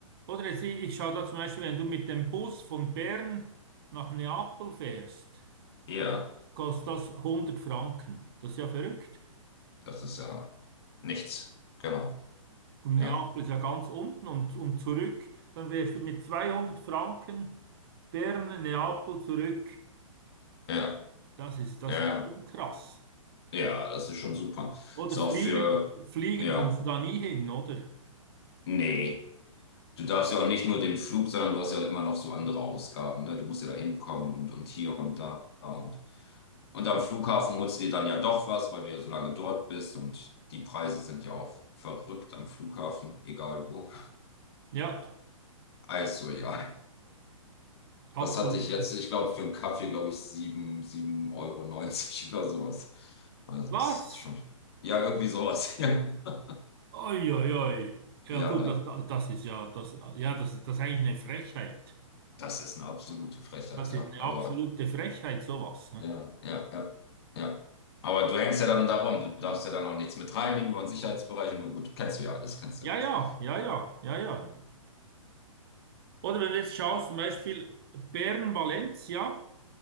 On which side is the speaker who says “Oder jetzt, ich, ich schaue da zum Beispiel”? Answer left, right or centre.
Right